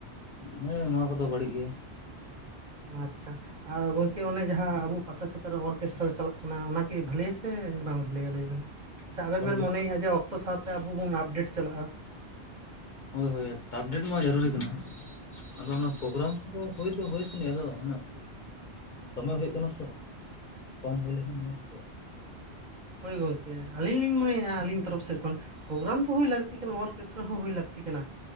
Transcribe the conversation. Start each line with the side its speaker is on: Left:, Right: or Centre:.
Left: ᱦᱮᱸ ᱱᱚᱣᱟ ᱠᱚᱫᱚ ᱵᱟᱹᱲᱤᱡ ᱜᱮ,
Right: ᱟᱪᱪᱷᱟ ᱾ ᱟᱨ ᱜᱚᱝᱠᱮ ᱚᱱᱮ ᱡᱟᱦᱟᱸ ᱟᱵᱚ ᱯᱟᱛᱟ ᱪᱷᱛᱟ ᱨᱮ ᱚᱨᱠᱮᱥᱴᱟᱨ ᱪᱟᱞᱟᱜ ᱠᱟᱱᱟ ᱚᱱᱟᱠᱤ ᱵᱷᱟᱹᱞᱮᱭᱟ ᱥᱮ ᱵᱟᱝ ᱵᱷᱟᱹᱞᱮᱭᱟ ᱞᱟᱹᱭ ᱵᱮᱱ? ᱥᱮ ᱟᱵᱮᱱ
Left: ᱚᱨ
Right: ᱵᱮᱱ ᱢᱚᱱᱮᱭᱮᱫ-ᱟ ᱡᱮ ᱚᱠᱛᱚ ᱥᱟᱶᱛᱮ ᱟᱵᱚ ᱵᱚᱱ ᱟᱯᱰᱮᱴ ᱪᱟᱞᱟᱜ-ᱟ᱾
Left: ᱦᱳᱭ ᱦᱳᱭ ᱟᱯᱰᱮᱴ ᱢᱟ ᱡᱟᱹᱨᱩᱨᱤ ᱠᱟᱱᱟ ᱟᱫᱚ ᱚᱱᱟ ᱯᱨᱳᱜᱨᱟᱢ ᱫᱚ ᱦᱩᱭ ᱫᱚ ᱦᱩᱭ ᱪᱚᱱᱤᱡ ᱟᱫᱚ ᱩᱱᱟᱹᱜ ᱫᱚᱢᱮ ᱦᱩᱭᱩᱜ ᱠᱟᱱᱟ ᱛᱚ ᱠᱚᱢ ᱦᱩᱭ ᱞᱮᱠᱷᱟᱱ ᱚᱱᱟ ᱴᱷᱤᱠᱚᱜ-ᱟ᱾
Right: ᱦᱳᱭ ᱜᱚᱝᱠᱮ ᱟᱹᱞᱤᱧ ᱞᱤᱧ ᱢᱚᱱᱮᱭᱟ ᱟᱹᱞᱤᱧ ᱛᱚᱨᱚᱯᱷ ᱥᱮᱫ ᱠᱷᱚᱱ ᱯᱨᱳᱜᱨᱟᱢ ᱫᱚ ᱦᱩᱭ ᱞᱟᱹᱠᱛᱤ ᱠᱟᱱᱟ ᱚᱨᱠᱮᱥᱴᱟᱨ ᱦᱚᱸ ᱦᱩᱭ ᱞᱟᱹᱠᱛᱤ ᱠᱟᱱᱟ